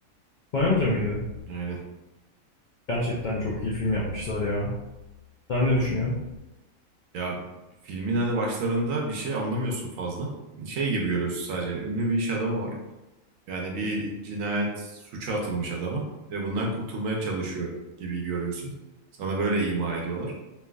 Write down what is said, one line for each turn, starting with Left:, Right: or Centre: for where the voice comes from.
Left: İspanyolca mıydı?
Right: Aynen.
Left: Gerçekten çok iyi film yapmışlar ya. Sen ne düşünüyorsun?
Right: Ya filmin hani başlarında bir şey anlamıyorsun fazla. Şey gibi görüyorsun sadece. Ünlü bir iş adamı var. Yani bir cinayet suça atılmış adama ve bundan kurtulmaya çalışıyor gibi görüyorsun. Sana böyle ima ediyorlar.